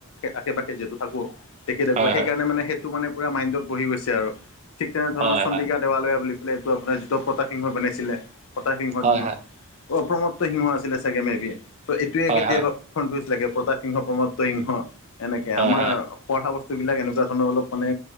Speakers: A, on the left (about 60°); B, on the right (about 30°).
A: আশে-পাশে যিহেতু থাকো, দেখি থাকো
B: হয়,
A: সেইকাৰণে
B: হয়,
A: মানে সেইটো মানে পুৰা মাইণ্ডত বহি গৈছে আৰু ঠিক তেনে ধৰণৰ
B: হয়, হয়,
A: চন্দিকা
B: হয়,
A: দেৱালয়া বুলি পেলাই এইটো আপোনাৰ যিটো প্ৰতাপ সিংহই বনাইছিলে প্ৰতাপ সিংহৰ
B: হয়,
A: দিনত
B: হয়,
A: অ প্ৰমত্ত সিংহ আছিলে চাগে মেবি্? ত' এইটোৱে
B: হয়,
A: কেতিয়াবা
B: হয়,
A: কনফিউজ লাগে প্ৰতাপ সিংহ প্ৰমত্ত সিংহ এনেকে
B: হয়,
A: আমাৰ
B: হয়।
A: পঢ়া বস্তুবিলাক এনেকুৱা ধৰণৰ অলপ মানে